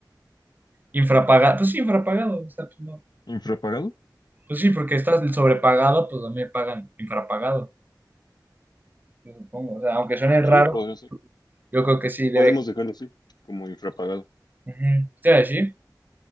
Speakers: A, on the right (about 25°); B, on the left (about 65°).
A: Infrapagado, pues sí, infrapagado, o sea, pues, no.
B: ¿Infrapagado?
A: Pues sí, porque estás sobrepagado, pues también pagan infrapagado, yo supongo. O sea, aunque suene raro,
B: Sí, podría ser.
A: yo creo que sí debe.
B: Podemos dejarlo así, como infrapagado.
A: Ujú. Te iba a decir,